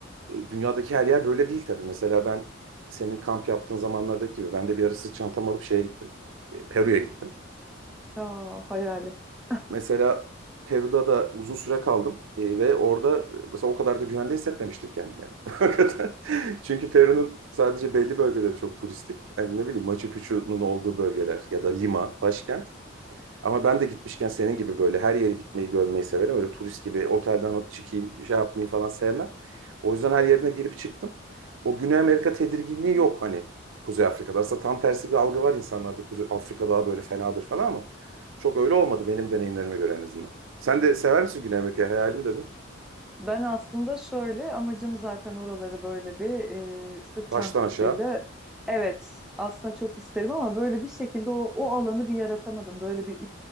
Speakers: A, on the right (about 70°); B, in the centre.
A: dünyadaki her yer böyle değil tabii. Mesela ben senin kamp yaptığın zamanlardaki gibi ben de bir ara sırt çantam alıp şeye gittim. E, Peru'ya gittim.
B: Ya hayalim. <laughs>
A: Mesela Peru'da da uzun süre kaldım E, ve orada mesela o kadar da güvende hissetmemiştim kendimi yani. <laughs> Hakikaten. Çünkü Peru'nun sadece belli bölgeleri çok turistik. Yani ne bileyim Machu Picchu'nun olduğu bölgeler ya da Lima, başkent. Ama ben de gitmişken senin gibi böyle her yere gitmeyi görmeyi severim. Öyle turist gibi otelden çıkayım, şey yapmayı falan sevmem. O yüzden her yerine girip çıktım. O Güney Amerika tedirginliği yok hani Kuzey Afrika'da. Aslında tam tersi bir algı var insanlarda. Kuzey Afrika daha böyle fenadır falan ama çok öyle olmadı benim deneyimlerime göre en azından. Sen de sever misin Güney Amerika'yı? Hayalim dedin.
B: Ben aslında şöyle amacım zaten oraları böyle bir e, sırt
A: Baştan
B: çantasıyla
A: aşağı
B: evet aslında çok isterim ama böyle bir şekilde o, o alanı bir yaratamadım. Böyle bir